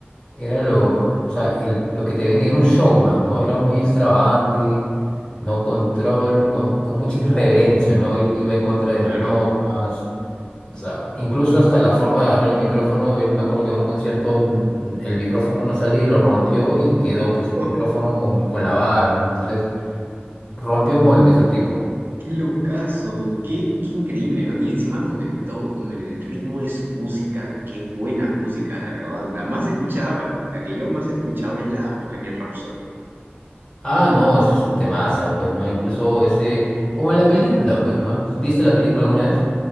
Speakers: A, on the left (about 15°); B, on the right (about 60°).
A: era lo, o sea, el- lo que te vendía era un showman, ¿no? Era muy extravagante, no control, con, con mucha irreverencia, ¿no? Él iba en contra de
B: Claro.
A: las normas, o sea, incluso hasta la forma de agarrar el micrófono, él me acuerdo que en un concierto mm, el micrófono no salía y lo rompió y quedó pues el
B: Oh,
A: micrófono con, con la vara, ¿no? Entonces rompió moldes el tipo.
B: qué locazo, qué, qué increíble, ¿no? Y encima con el to- con el ritmo de su música, qué buena música, de verdad. La más escuchada para, la que yo más he escuchado es la Bohemian Rhapsody.
A: Ah, no, eso es un temaza, pues, ¿no? Incluso ese, como en la película, pues, ¿no? ¿Viste la película alguna vez?